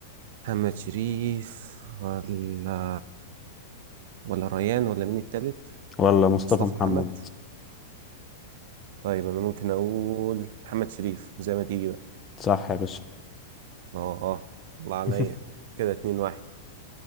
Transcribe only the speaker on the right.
محمد شريف ولا ولا ريان ولا مين التالت
مصطفى
محمد طيب انا ممكن اقول محمد شريف زي ما تيجي بقى
اه آه، الله عليا
كده اتنين واحد